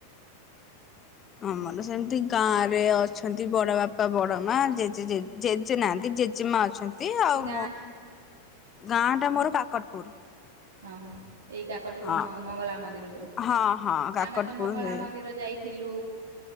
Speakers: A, on the left; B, on the right.
A: ଆମର ସେମିତି ଗାଁ ରେ ଅଛନ୍ତି ବଡ ବାପା ବଡ ମା ଜେଜେ ଜେଜେ ନାହାନ୍ତି ଜେଜେମା ଅଛନ୍ତି ଆଉ
B: ଗାଁ
A: ମୋ ଗାଁ ଟା ମୋର କାକଟପୁର
B: ହଁ ହଁ ଏଇ କାକଟପୁର
A: ହଁ
B: ମଙ୍ଗଳା ମନ୍ଦିର ଯୋଉ
A: ହଁ ହଁ କାକଟପୁର
B: ଆମେ ତ ମଙ୍ଗଳା
A: ହେ
B: ମନ୍ଦିର ଯାଇ ଥିଲୁ